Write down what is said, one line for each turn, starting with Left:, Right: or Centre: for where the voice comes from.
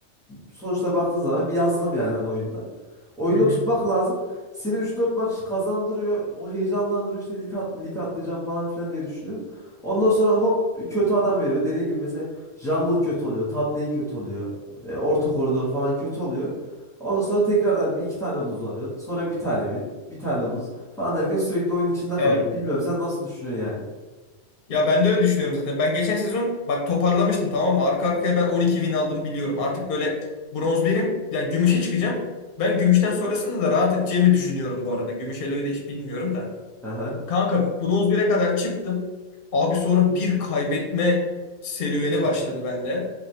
Centre: sonuçta baktığın zaman bir yazılım yani hani oyunda. Oyunda
Left: Hı hı.
Centre: tutmak lazım. Seni üç dört maç kazandırıyor. O heyecanlandırıyor işte lig, at, lig atlayacağım falan filan diye düşünüyorsun. Ondan sonra hop kötü adam veriyor. Dediğin gibi mesela jungle kötü oluyor. Top lane kötü oluyor. e, orta koridor falan kötü oluyor. Ondan sonra tekrardan bir iki tane lose alıyorsun. Sonra bir tane win. Bir tane lose falan derken sürekli oyun içinde kalıyorsun.
Left: Evet.
Centre: Bilmiyorum sen nasıl düşünüyorsun yani?
Left: Ya ben de öyle düşünüyorum zaten. Ben geçen sezon bak toparlamıştım tamam mı? Arka arkaya ben 12 win aldım biliyorum. Artık böyle bronz birim. Yani gümüşe çıkacağım. Ben gümüşten sonrasında da rahat edeceğimi düşünüyorum bu arada. Gümüş Eloy'u da hiç bilmiyorum da.
Centre: Aha.
Left: Kanka bronz bire kadar çıktım. Abi sonra bir kaybetme serüveni başladı bende.